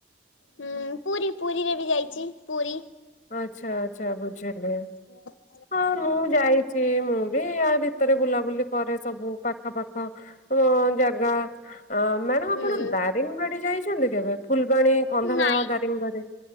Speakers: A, on the left; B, on the left.
A: ହଁ ପୁରୀ ପୁରୀରେ ବି ଯାଇଛି ପୁରୀ
B: ଆଚ୍ଛା, ଆଚ୍ଛା, ବୁଝିଲି।
A: ହଁ
B: ହଁ ମୁଁ ଯାଇଛି। ମୁଁ ବି ଆ ଭିତରେ ବୁଲାବୁଲି କରେ ସବୁ ପାଖ ପାାଖ ରା ଅ ମ୍ୟାଡାମ
A: ହୁଁ
B: ଆପଣ ଦାରିଙ୍ଗିବାଡି ଯାଇଛନ୍ତି କେବେ? ଫୁଲବାଣୀ, କନ୍ଧମାଳ,
A: ନାଇଁ
B: ଦାରିଙ୍ଗିବାଡି,